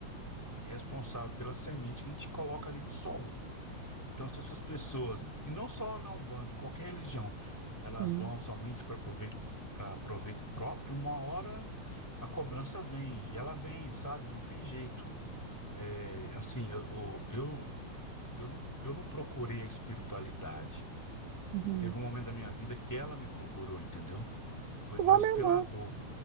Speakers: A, in the centre; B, on the right.
A: responsável pela semente que a gente coloca ali no solo. Então, se essas pessoas, e não só na Umbanda, em qualquer religião, elas
B: sim,
A: vão somente para proveito, para proveito próprio, uma hora a cobrança vem, e ela vem, sabe? Não tem jeito. É, assim, eu, eu, eu não, eu não procurei a espiritualidade.
B: uhum.
A: Teve um momento da minha vida que ela me procurou, entendeu? Foi
B: Igual
A: mais
B: a minha
A: pela
B: irmã.
A: dor.